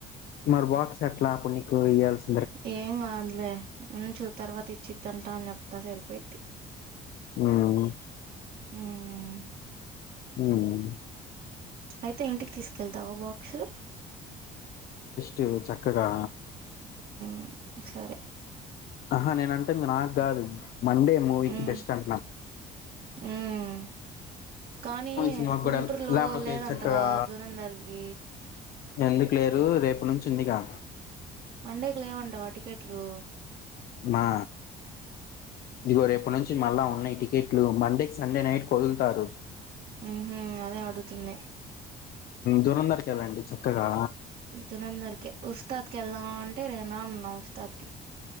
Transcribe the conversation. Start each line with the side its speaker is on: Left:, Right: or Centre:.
Left: మరి బాక్స్ ఎట్లా ప్పున్నికు ఇయ్యల్స్
Right: ఏం గాదులే ఉంచు తర్వాత ఇచ్చిద్దంటా అని జెప్తా సరిపోయిద్ధి
Left: ఊమ్
Right: ఉమ్
Left: హుమ్
Right: ఐతే ఇంటికి తీసుకెళ్తావా బాక్సు
Left: చేవు చక్కగా
Right: మ్ సరె
Left: ఆహా నేనంటుంది నాక్ గాదు మండే మూవీకి
Right: మ్మ్
Left: బెస్ట్ అంట్నను
Right: మ్మ్ కానీ
Left: సినిమాకి
Right: గుంటర్లో
Left: కూడా లేకపోతే
Right: లేదంటగా
Left: చక్కగా
Right: దూరందర్కి
Left: ఎందుకు లేరు రేప్నుంచి ఉందిగా
Right: మండేకి లేవంటగా టికెట్లూ
Left: మా ఇగో రెప్ ప్నుంచి మళ్ళా ఉన్నాయి టికెట్లు మండే కి సండే నైట్ ఒదుల్తారు
Right: ఉహు అదే అడుతుంది
Left: దురంధర్కి వెళ్ళండి చక్కగా
Right: దూరందర్కే ఉస్తాద్ కి ఎళ్దాం అంటే నేన అన్నవ్ తత్కి